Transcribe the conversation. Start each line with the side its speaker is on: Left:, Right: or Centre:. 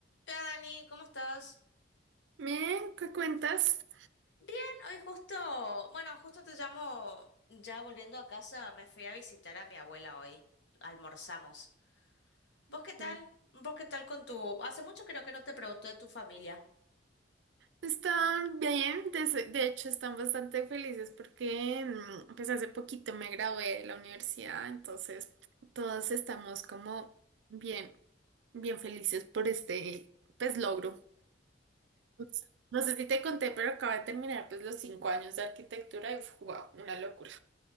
Left: Hola Dani, ¿cómo estás?
Right: Bien, ¿qué cuentas?
Left: Bien, hoy justo, bueno, justo te llamo, ya volviendo a casa, me fui a visitar a mi abuela hoy, almorzamos. ¿Vos qué tal?
Right: Mm.
Left: ¿Vos qué tal con tu... Hace mucho creo que no te pregunto de tu familia,
Right: Están bien, de, se- de hecho están bastante felices porque mm, pues hace poquito me gradué de la universidad, entonces todos estamos como bien, bien felices por este pues logro. Pues, No sé si te conté, pero acabo de terminar pues los cinco años de arquitectura y wow, una locura.